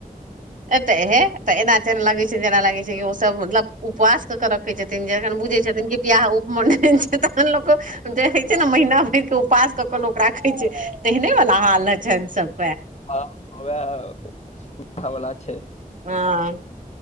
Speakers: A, on the right; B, on the left.
A: ए तऽ हे तऽ एना जेना लगै छै जेना लागै छै कि ओसभ मतलब उपवास कऽ के रखै छथिन एखन बुझै छथिन कि प्शब्याह उप म छै तन लोको जे होइ छै ने महिना भर क उपास कऽ के लोक राखे छै तेहने वाला हाल ह छनि सभ
B: हँ वाह उठवला छै
A: हँ